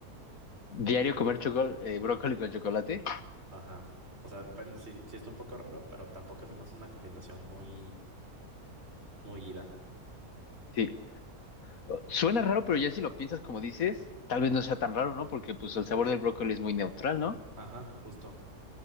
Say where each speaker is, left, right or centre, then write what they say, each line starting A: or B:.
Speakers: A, on the left; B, on the right.
A: Diario comer chocol- eh, brócoli con chocolate.
B: Ajá. O sea, bueno, sí, sí está un poco raro, pero tampoco se me hace una combinación muy, muy ida.
A: Sí. O- Suena raro, pero ya si lo piensas como dices, tal vez no sea tan raro, ¿no? Porque pues el sabor del brócoli es muy neutral, ¿no?
B: Ajá, justo.